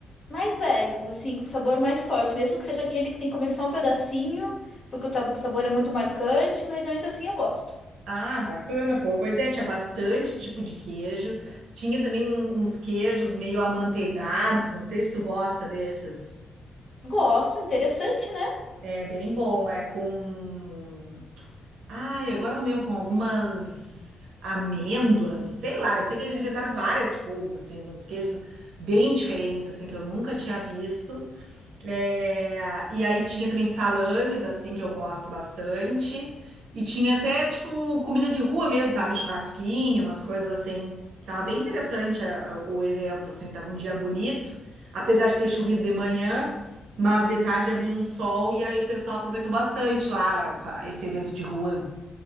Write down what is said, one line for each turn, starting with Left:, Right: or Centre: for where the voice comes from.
Left: Mais velhos, assim, com sabor mais forte. Mesmo que seja aquele que tem que comer só um pedacinho, porque o ta- o sabor é muito marcante, mas ainda assim eu gosto.
Right: Ah, bacana, pô. Pois é, tinha bastante tipo de queijo. Tinha também um- uns queijos meio amanteigados, não sei se tu gosta desses.
Left: Gosto, interessante, né?
Right: É bem bom, é com. Ai, agora não me lembro, com algumas amêndoas, sei lá. Eu sei que eles inventaram várias coisas, assim, uns queijos bem diferentes, assim, que eu nunca tinha visto. É, e aí tinha também salames, assim, que eu gosto bastante. E tinha até, tipo, comida de rua mesmo, sabe? Churrasquinho, umas coisas assim. Tava bem interessante a- a- o evento, assim. Tava um dia bonito, apesar de ter chovido de manhã, mas de tarde abriu um sol e aí o pessoal aproveitou bastante lá essa- esse evento de rua.